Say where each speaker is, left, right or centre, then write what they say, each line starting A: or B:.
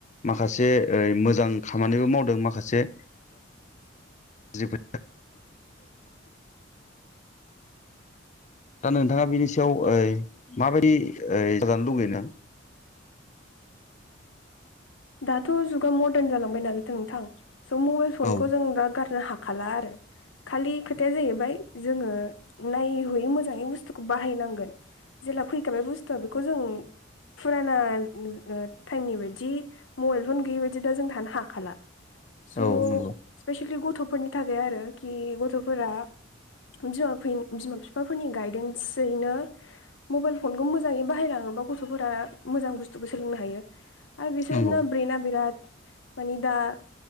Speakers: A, on the left; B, on the left.
A: माखासे मोजां खामानिबो मावदों माखासे जबो दा नोंथांङा बिनि सायाव माबायदि जानो लुगैयो नोंथां
B: दाथ जुगा मदान जालांबाय नालाय नोंथां स मबाइल फनखौ
A: औ
B: जों दा गारनो हाग हाला आरो खालि खोथाया जाहैबाय जोंङो नाय हैयै मोजांङै बुस्थुखौ बाहायनांगोन जेला फैखाबाय बुस्थुआ बेखौ जों फुराना टाइमनि बायदि मबाइल फन गैयि बायदि दा जों थानो हाखाला स
A: औ नंगौ
B: स्पेसेलि गथफोरनि थाखाय आरो कि गथफोरा बिमा बिमा बिफाफोरनि गायदेन्सयैनो मबाइल फनखौ मोजांङै बाहायलांङोबा गथफोरा मोजां बुस्थुबो सोलोंनो हायो आरो बे
A: नंगौ
B: ब्रेना बिराट मानि दा